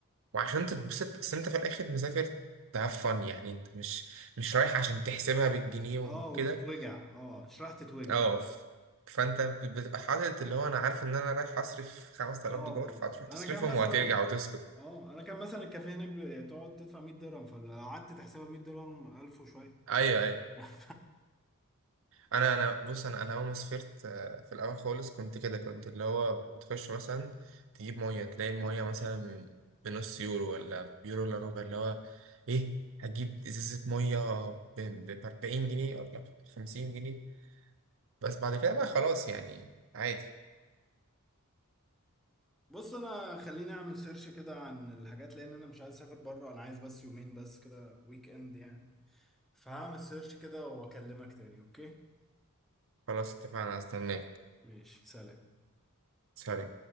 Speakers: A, on the right; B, in the centre.
A: وعشان تتبسط بس انت في الاخر مسافر تهاف فن يعني انت مش مش رايح عشان تحسبها بالجنيه وكده
B: اه وتتوجع اه شريحة تتوجع
A: اه ف- فانت بتبقى حاطط اللي هو انا عارف ان انا رايح اصرف 5000
B: اه
A: دولار فهتروح
B: انا
A: تصرفهم
B: كان مثلا
A: وهترجع وتسكت
B: اه انا كان مثلا الكافيه هناك بتقعد تدفع 100 درهم فلو قعدت تحسبها 100 درهم 1000 وشويه
A: ايوه ايوه
B: <laughs>
A: انا انا بص انا انا اول ما سافرت آه، في الاول خالص كنت كده كنت اللي هو بتخش مثلا تجيب ميه تلاقي الميه مثلا بنص يورو ولا بيورو الا ربع اللي هو ايه هتجيب ازازه ميه ب 40 جنيه ولا 50 جنيه بس بعد كده بقى خلاص يعني عادي
B: بص انا خليني اعمل سيرش كده عن الحاجات لان انا مش عايز اسافر بره انا عايز بس يومين بس كده ويك اند يعني فهعمل سيرش كده واكلمك تاني اوكي
A: خلاص اتفقنا استناك
B: ماشي سلام
A: سلام